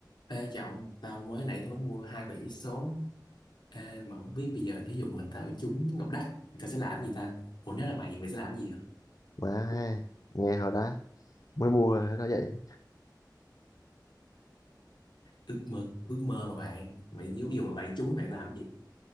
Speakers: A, on the left; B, on the left.
A: Ê Trọng, tao mới nãy tao mới mua hai tờ giấy số Ê, mà không biết bây giờ thí dụ mà tao trúng Ngọc Đắc thì tao sẽ làm gì ta? Ủa nếu là mày, mày sẽ làm gì hả?
B: Má, ha, nghe hồi đó mới mua hồi đó vậy.
A: Ước mơ, ước mơ mà bạn Mày ví dụ mà bạn trúng bạn làm gì?